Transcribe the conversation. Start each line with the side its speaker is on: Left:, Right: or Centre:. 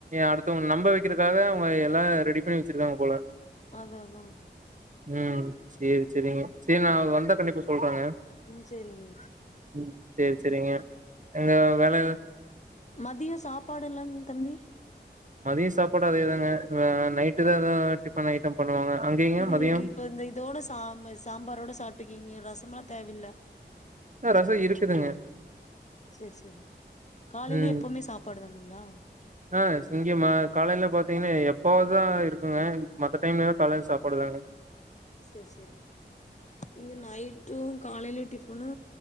Right: அடுத்தவங்கள நம்ப வைக்கறதுக்காக அவங்க எல்லா ரெடி பண்ணி வச்சிருக்காங்க போல
Left: அதா அதா
Right: ம் சேரி சேரிங்க சேரி நா அவுங்க வந்தாக் கண்டிப்பா சொல்றேங்க
Left: ம் சேரிங்க
Right: ம் சேரி சேரிங்க எங்க வேலை
Left: மதியொ சாப்பாடுல்லாங் தம்பி
Right: மதியொ சாப்பாடு அதேதாங்க ஆ நைட்டு தா ஏதா டிஃபன் ஐட்டம் பண்ணுவாங்க அங்கேங்க
Left: இது
Right: மதியம்?
Left: இப்ப இந்த இதோட சாம் சாம்பாரோட சாப் டுக்கீங்க ரசமெல்லா தேவல்ல
Right: ஆ ரஸோ இருக்குதுங்க
Left: சேரி சேரி காலையில
Right: ம்
Left: எப்பவுமே சாப்பாடு தானுங்களா
Right: ஆ சிங்கமா காலைல பாத்தீங்கன்னா எப் எப்பவாது இருக்குங்க மத்த டைம்லலா பழைய சாப்பாடுதாங்க
Left: சேரி சேரி இங்க நைட்டு காலையிலையு டிஃபனு